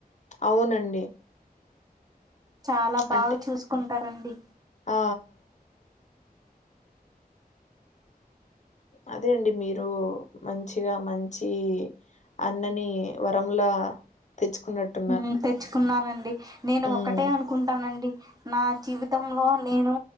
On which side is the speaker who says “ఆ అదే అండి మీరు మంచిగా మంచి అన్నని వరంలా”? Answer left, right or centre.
Left